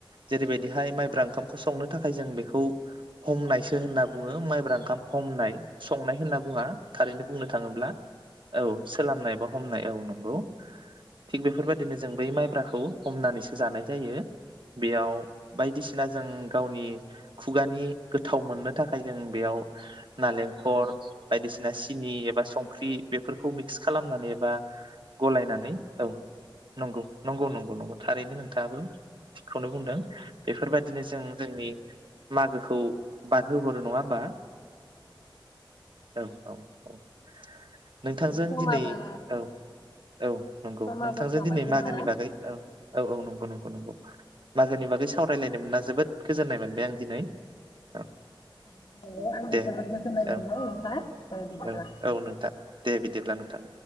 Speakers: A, on the right; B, on the left.
A: जेरैबायदिहाय माइब्रा ओंखाम संनो थाखाय जों बेखौ हमनायसो होनना बुंङो माइब्रा ओंखाम हमनाय संनाय होनना बुंङा थारैनो बुंनो थांङोब्ला औ सोलानाय बा हमनाय औ नंगौ थिग बेफोरबायदिनो जों बै माइब्राखौ हमनानैसो जानाय जायो बेयाव बायदिसिना जों गावनि खुगानि गोथाव मोननो थाखाय जों बेयाव नालेंखर बायदिसिना सिनि एबा सं ख्रि बेफोरखौ मिक्स खालामनानै एबा गलायनानै औ नंगौ नंगौ नंगौ नंगौ थारैनो नं गाबु। खौनो बुंदों बेफोरबायदिनो जों जोंनि मागोखौ बारहोहरो नङा ओमबा? औ औ औ। नोंथांजों
B: समाबो
A: दिनै औ औ नंगौ
B: समाबो
A: नोंथांजों
B: सबाय
A: दिनै
B: जोंना
A: मागोनि बागै औ औ औ नंगौ नंगौ नंगौ
B: औ
A: मागोनि बागै सावरायलायनो मोनना जोबोद गोजोननाय मोनबाय आं दिनै।
B: <unintelligible>
A: औ दे औ औ औ नोंथां दे बिदिब्ला नोंथां।